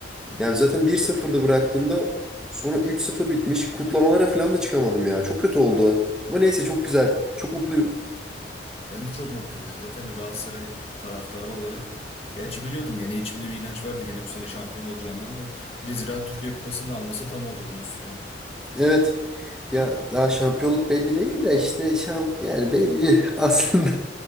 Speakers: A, on the left; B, in the centre.
A: Hı hı.
B: Yani zaten bir 0dı bıraktığımda sonra üç sıfır bitmiş. Kutlamalara falan da çıkamadım ya. Çok kötü oldu. Ama neyse çok güzel. Çok mutluyum.
A: Ben de çok mutluyum ya. Zaten bir Galatasaray taraftarı olarak. Gerçi biliyordum gene içimde bir inanç vardı gene bu sene şampiyon olacağından da. Bir de Ziraat Türkiye Kupası'nı da alması tam oldu bunun üstüne.
B: Evet. Ya daha şampiyonluk belli değil de işte şam yani belli <laughs> aslında.